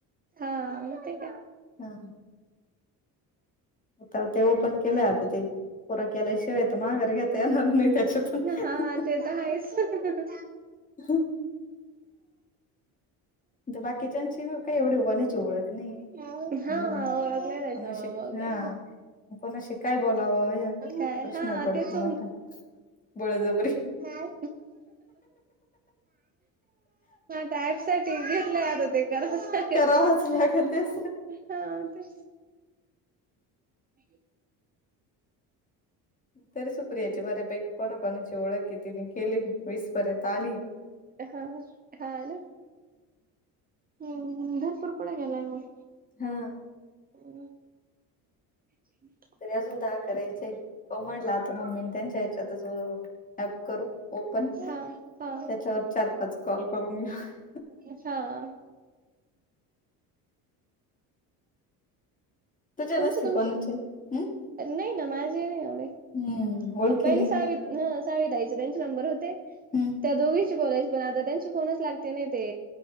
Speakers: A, on the right; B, on the left.
A: हा मग ठीक हाय.
B: हा काय ते ओपन केलं आता ते. पोढ केलां शिवां येतं माघारं घेतां येणारं नाहीं त्यांच्या तुंन
A: हा ते तरं आहेचं
B: हम्मं बाकीच्यांची मी कांहीं एवढी होण्यांची ओळंख नाहीं
A: हा
B: आहे
A: ओळख नाही त्याच्यामुळे
B: कोनां शी हां कोनां शि कायं बोलावं
A: मग काय
B: प्रश्न
A: हा
B: पडंतो
A: तेच
B: मोठां बळंजब्री
A: <unintelligible> मं त्यांपसांठी टीव्ही आणलंय आंता ते करावचं लागेल
B: करावाच
A: तिथं
B: लागेल तेच
A: आंत तीसं <unintelligible>
B: तरी सुप्रियाची बंरे पैकी कोणां कोणांची ओळंख आहे तिने केली वीस पर्यंत आलीं
A: हं हाॅल हम्मं भरंपूर पुढें गेलांय मंग
B: हां
A: हं <unintelligible>
B: तरी अजूंन दहा करांयचे आहे पाहूं म्हटलं आंता मम्मी त्यांच्या यांयाच्यां तचं ॲप करूं ओपन त्यांच्यावर
A: हा हा
B: चार पांच कॉल करूंन घेऊं
A: अच्छा अं
B: तुझे नसतील
A: तुमचं तुमचं
B: कोणाचे हम्म
A: नाहीं नां मांझे नाहीं एवढे
B: हम्म ओळखीने
A: पहिलें सहा हं सावी ताईचे त्यांचे नंबर होते
B: हम्म
A: त्यां दोघी बोलायचं पणं आंता त्यांचे फोनचं लागती नाहीं ते